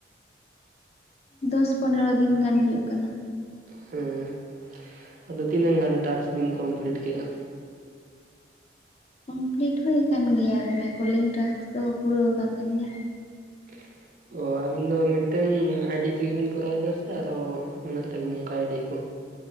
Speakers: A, on the left; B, on the right.
A: ᱫᱚᱥ ᱯᱚᱱᱮᱨᱚ ᱫᱤᱱ ᱜᱟᱱ ᱦᱩᱭᱩᱜ ᱠᱟᱱᱟ᱾
B: ᱦᱮᱸ ᱟᱫᱚ ᱛᱤᱱᱟᱹᱝ ᱜᱟᱱ ᱴᱟᱠᱥ ᱵᱤᱱ ᱠᱚᱢᱯᱤᱞᱤᱴ ᱠᱮᱜ-ᱟ?
A: ᱠᱚᱢᱯᱞᱤᱴ ᱦᱩᱭ ᱠᱟᱱ ᱜᱮᱭᱟ ᱯᱨᱟᱭ ᱠᱚᱞᱤᱝ ᱴᱟᱠᱥ ᱫᱚ ᱯᱩᱨᱟᱹᱣ ᱠᱟᱱ ᱛᱟᱹᱟᱞᱤᱧᱟ᱾
B: <inaudible> ᱚ ᱟᱹᱵᱤᱱ ᱫᱚ ᱢᱤᱫᱴᱟᱝ ᱟᱭ ᱰᱤ ᱛᱮᱜᱮ ᱵᱤᱱ ᱠᱚᱨᱟᱣ ᱮᱫᱟ ᱥᱮ ᱟᱨᱚ ᱢᱮᱱᱟᱜ ᱛᱟᱵᱤᱱᱟ ᱚᱱᱠᱟ ᱟᱭ ᱰᱤ ᱠᱚ?